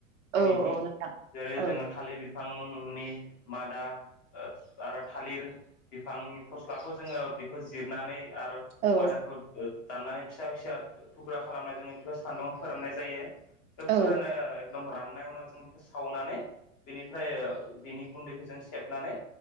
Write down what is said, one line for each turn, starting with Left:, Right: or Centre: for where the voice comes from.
Left: जोंनिथिं
Right: औ औ नोंथां
Left: जेरै
Right: औ
Left: जोङो थालिर बिफांनि मादा आरो थालिर बिफांनि फस्लाखौ जोङो बेखौ जिरनानै आरो
Right: औ
Left: मादाखौ दाननानै फिसा फिसा थुख्रा खालामनाय जोङो बेफोर सान्दुङाव फोराननाय जायो बे
Right: औ
Left: फोराननाय एकदम राननाय उनाव जों बेखौ सावनानै बेनिफ्राय बिनि गुन्दैखौ जों सेबनानै